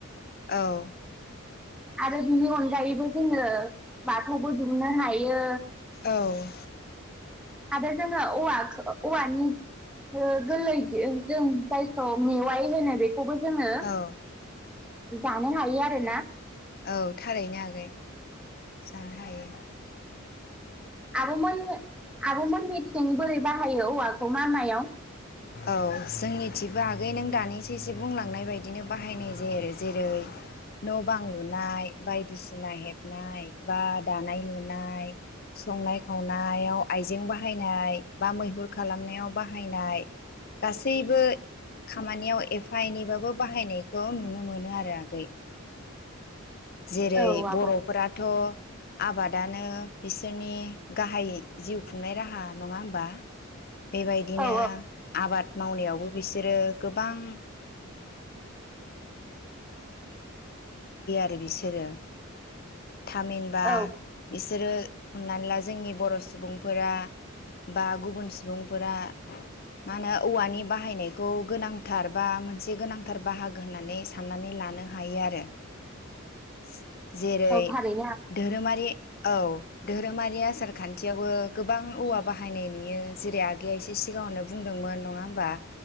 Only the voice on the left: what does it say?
औ
औ
औ
औ थारैनो आगै जानो हायो
औ जोंनिथिबो आगै नों दानिसो एसो बुंलांनाय बायदिनो बाहायनाय जायो आरो जेरै न' बां लुनाय बायदिसिना हेबनाय बा दानाय लुनाय संनाय खावनायाव आइजें बाहायनाय बा मैहुर खालामनायाव बाहायनाय गासैबो खामानियाव एफा एनैबाबो बाहायनायखौ नुनो मोनो आरो आगै जेरै
बर'फोराथ' आबादानो बिसोरनि गाहाय जिउ खुंनाय राहा नङा होमबा बेबायदिनो
आबाद मावनायावबो बिसोरो गोबां बिसोरो थामहिनबा
बिस बिसोरो हमनानै ला जोंनि बर' सुबुंफोरा बा गुबुन सुबुंफोरा मा होनो औवानि बाहायनायखौ गोनांथार बा मोनसे गोनांथार बाहागो होननानै साननानै लानो हायो आरो <unintelligible> जेरै
धोरोमारि औ धोरोमारि आसार खान्थियावबो गोबां औवा बाहायनाय नुयो जेरै आगैया एसे सिगाङावनो बुंदोंमोन नङा होमबा